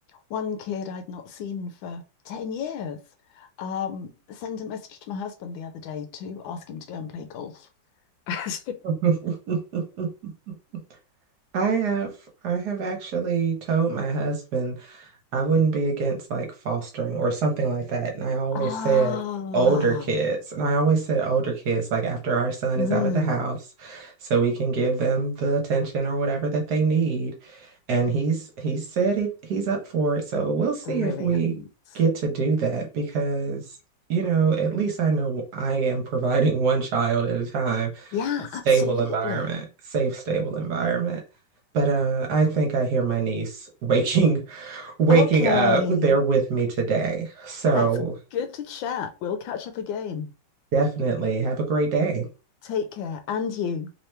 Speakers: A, on the left (about 80°); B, on the right (about 60°).
A: one kid I'd not seen for 10 years um, sent a message to my husband the other day to ask him to go and play golf. <laughs> So
B: <laughs> I have I have actually told my husband, I wouldn't be against like fostering or something like that. And I always
A: Ah,
B: said older kids. And I always said older kids, like after our son
A: mm,
B: is out of the house, so we can give them the attention or whatever that they need. And he's he said he, he's up for it. So we'll see
A: brilliant.
B: if we get to do that because, you know, at least I know I am providing <laughs> one child at a time
A: Yeah,
B: a stable
A: absolutely.
B: environment, safe, stable environment. But uh, I think I hear my niece <laughs> waking waking
A: Okay,
B: up. They're with me today. So
A: that's good to chat. We'll catch up again.
B: definitely have a great day.
A: Take care, and you.